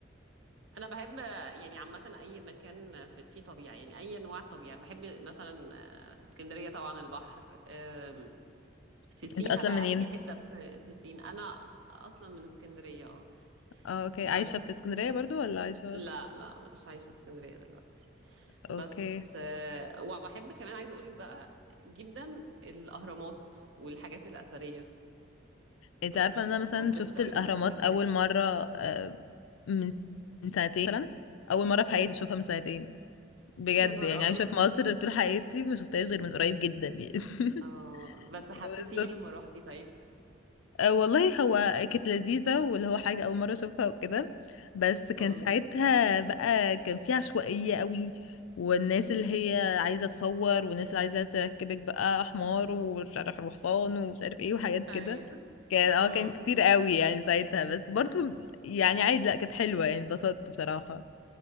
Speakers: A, on the right (about 70°); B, on the left (about 85°).
A: أنا بحب يعني عامة أي مكان في- فيه طبيعة يعني أي أنواع طبيعة بحب مثلا في اسكندرية طبعا البحر أم، في سينا
B: انت أصلا
A: بقى
B: منين؟
A: أي حتة في في سينا أنا أصلا من اسكندرية اه
B: اه اوكي
A: بس
B: عايشة في اسكندرية برضو ولا عايشة؟
A: لا لا مش عايشة في اسكندرية دلوقتي بس
B: اوكي
A: آه، وبحب كمان عايزه اقولك بقى جدا الاهرامات والحاجات الاثريه ب-
B: انت عارفة ان انا مثلا
A: بنبسط
B: شفت
A: قوي
B: الأهرامات
A: لما اسافر
B: أول مرة آه، من من سنتين مثلا أول مرة في حياتي أشوفها من سنتين بجد
A: يا نهار
B: يعني
A: ابيض
B: عايشة في مصر طول حياتي ما شفتهاش غير من قريب جدا يعني <laughs>
A: اه بس حسيتي
B: بس
A: ايه لما روحتي طيب
B: آه، والله هو كانت لذيذة واللي هو حاجة أول مرة أشوفها وكده بس كان
A: امم
B: ساعتها بقى كان في عشوائية قوي والناس اللي هي عايزة تصور والناس اللي عايزة تركبك بقى حمار ومش عارف وحصان ومش عارف ايه وحاجات كده
A: ايوه
B: كان اه
A: امم
B: كان كتير قوي يعني ساعتها بس برضو يعني عادي لأ كانت حلوة يعني اتبسطت بصراحة